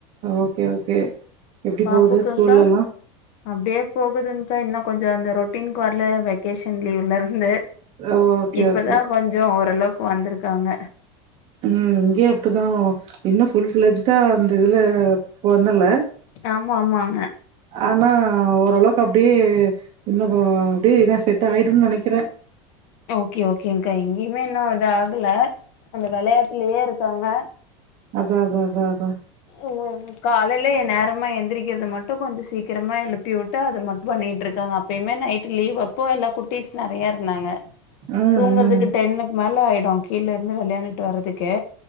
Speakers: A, on the right (about 40°); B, on the left (about 55°).
A: ஓகே ஓகே எப்டி
B: பாப்புக்குன்தா
A: போகுது ஸ்கூல்லலாம்?
B: அப்டியே போகுதுங்கா இன்னு கொஞ்சோ அந்த ரொட்டீனுக்கு வரல வெக்கேஷன் லீவ்ல இருந்து
A: ஓகே,
B: இப்பதா
A: ஓகே.
B: கொஞ்சோ ஓரளவுக்கு வந்துருக்காங்க
A: ம் இங்கேயு அப்டிதா இன்னு ஃபுல் ஃபில்ஜ்டா அந்த இதுல பண்ணல
B: ஆமா ஆமாங்க
A: ஆனா ஓரளவுக்கு அப்டியே இன்னு அப்டியே இதா செட் ஆயிடுன் நெனக்கிறே
B: ஓகே ஓகேங்கா எங்கயுமே இன்னு இது ஆகல அந்த வெளையாட்டுலயே இருக்காங்க
A: அதா அதா அதா அதா
B: உ வ காலையில எ நேரமா எந்திரிக்கிறது மட்டு கொஞ்ச சீக்கிரமா எழுப்பி விட்டு அத மட்டு பண்ணிட்ருக்காங்க அப் எப்பயுமே நைட் லீவ் அப்போ எல்லா குட்டிஸ் நெறையா இருந்தாங்க
A: ம்,
B: தூங்குறதுக்கு
A: ம்.
B: டென்னுக்கு மேல ஆயிடு கீழ இருந்து வெளையாண்டுட்டு வர்றதுக்கு